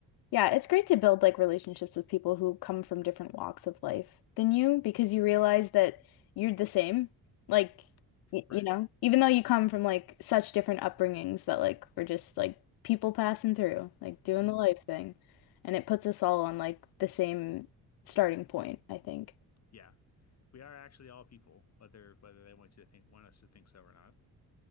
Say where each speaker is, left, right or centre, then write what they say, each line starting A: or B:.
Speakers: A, on the left (about 75°); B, on the left (about 45°).
A: Yeah, it's great to build like relationships with people who come from different walks of life than you because you realize that you're the same. Like, y
B: Right.
A: you know, even though you come from like such different upbringings that like we're just like people passing through, like doing
B: hmm
A: the life thing. And it puts us all on like the same starting point, I think.
B: Yeah. we are actually all people, whether whether they want you to think want us to think so or not.